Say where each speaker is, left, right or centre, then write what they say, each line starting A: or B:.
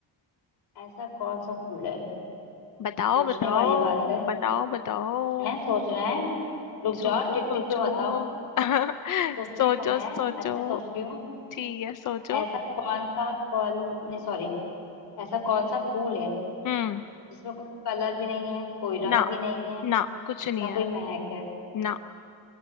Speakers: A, on the left; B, on the left.
A: ऐसा कौन सा फूल है
B: बताओ
A: सोचने
B: बताओ
A: वाली बात है
B: बताओ बताओ
A: सोच रहे हैं सोच रहे हैं रुक
B: सोचो
A: जाओ टिक
B: सोचो
A: टिक पे मत आओ
B: <laughs> सोचो
A: सोचती हूँ मैं
B: सोचो
A: अच्छे सोच रही हूँ
B: ठीक है सोचो
A: ऐसा कौन सा फल नहीं सॉरी ऐसा कौन सा फूल है
B: हम्म
A: जिसमें कोई कलर भी नहीं है कोई रंग
B: ना
A: भी नहीं है
B: ना कुछ नहीं
A: ना
B: है
A: कोई महक है
B: ना